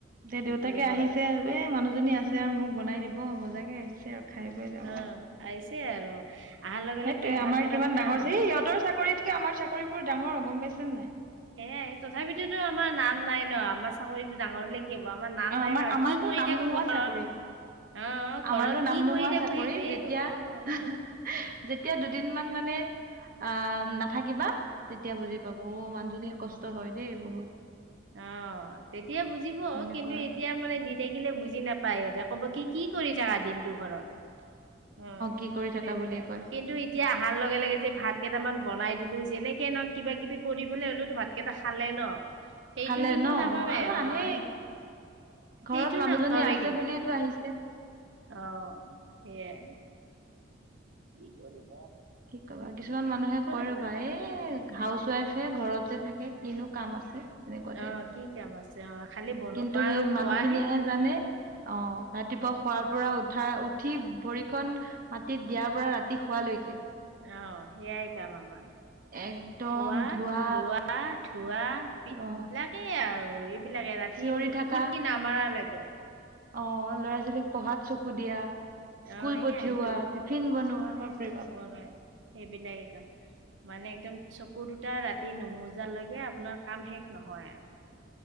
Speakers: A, on the right; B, on the right.
A: এ
B: কি
A: দেউতাকে
B: কৰিব
A: আহিছে
B: আৰু
A: এ মানুহজনী আছে যে আৰু মোক বনাই দিব মজাকে আহিছে আৰু খাই বৈ যাব।
B: অ' আহিছে আৰু অহাৰ লগে
A: সেইটোয়ে
B: লগে ভাত
A: আমাৰ
B: কেইটা
A: কিমান ডাঙৰ
B: অ'
A: যে সিহঁতৰ চাকৰিতকে আমাৰ চাকৰিবোৰ ডাঙৰ। গম পাইছে নে নাই
B: সেয়াই তথাপিতোতো আমাৰ নাম নাই ন আমাৰ চাকৰিটো ডাঙৰ হলে কি হ'ব আমাৰ নাম
A: অ আমাৰ
B: নাই ন
A: আমাৰতো
B: কি কৰি
A: নাম
B: থাকো
A: নোহোৱা
B: ঘৰত
A: চাকৰি।
B: অ' ঘৰত
A: আমাৰতো নাম
B: কি
A: নোহোৱা
B: কৰি থাকো
A: চাকৰি
B: সেইটোয়ে
A: যেতিয়া
B: কব অ'
A: যেতিয়া দুদিন মান মানে আ নাথাকিবা তেতিয়া বুজি পাব অ মানুহজনীয়ে কষ্ট হয় দেই বহুত।
B: অ তেতিয়া বুজিব
A: সেনেকুৱা
B: কিন্তু এতিয়া মানে দি থাক খিলে বুজি নাপায় সিহঁতে ক'ব কি কি কৰি থাকা দিনটো ঘৰত। অ
A: কি কৰি থাকা
B: তেনেকুৱাই
A: বুলিয়ে কয়
B: কিন্তু এতিয়া অহাৰ লগে লগে যে ভাত কেইটামান বনাই দিলো। যেনেকে ন কিবা কিবি কৰি পেলাই হলেওতো ভাতকেইটা খালে ন। এইটো
A: খালে
B: কিন্তু
A: ন
B: নাভাবে
A: আৰু
B: অ
A: আহেই
B: সেই
A: ঘৰত
B: এইটো
A: মানুহজনী
B: নাভাবে
A: আছে
B: কিন্তু।
A: বুলিয়েতো আহিছে
B: অ সেইয়াই কি কৰিম?
A: কি কবা কিছুমান মানুহে কৈ
B: লাগিব
A: ৰবা এই হাউচ ৱাইফে ঘৰত থাকে কিনো কাম আছে? তেনেকুৱা টাইপ
B: অ কি কাম আছে অ খালি বনোৱা
A: কিন্তু সেই
B: আৰু খোৱাহে।
A: মানুহখিনিয়েহে জানে অ ৰাতিপুৱা শোৱাৰ পৰা উঠা উঠি ভৰিখন মাটিত দিয়াৰ পৰা ৰাতি শোৱালৈকে
B: অ সেইয়াই কাম আমাৰ।
A: একদম
B: খোৱা,
A: ধোৱা
B: লোৱা, ধোৱা বিলাকেই
A: অ
B: আৰু। লাগে ৰাতি
A: চিঞৰি থাকা
B: টোপনি নামাৰা লাগে।
A: অ ল'ৰা -ছোৱালীক পঢ়াত চকু দিয়া স্কুল
B: অ এইয়াই
A: পঠিওৱা
B: এইটো
A: টিফিন বনোৱা
B: হে
A: বাপৰে
B: হ'ব
A: বাপ
B: নোৱাৰে সেইবিলাক মানে একদম চকু দুটা ৰাতি নমোজালৈকে আপোনাৰ কাম শেষ নহয় আৰু।